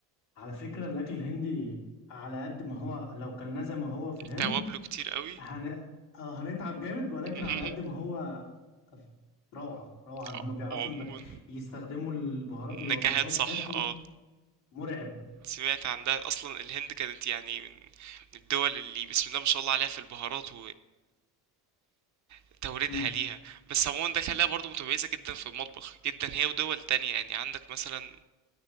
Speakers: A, on the left; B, on the right.
A: على فكره الاكل الهندي على قد ما هو لو كلناه زي ما هو في الهند
B: توابله كتير قوي
A: هن... آه هنتعب جامد ولكن على
B: مهم.
A: قد ما هو روعه روعه هم
B: ع-
A: بيعرفوا
B: عموما
A: يم- يستخدموا البهارات
B: نكهات
A: ويوظفوها
B: صح
A: بشكل
B: اه
A: مرعب
B: سمعت عندها اصلا الهند كانت يعني من من الدول اللي بسم الله ما شاء الله عليها في البهارات وتوردها
A: مم.
B: ليها بس عموما ده خلاها برضو متميزة جدا في المطبخ جدا هي ودول تانية يعني عندك مثلا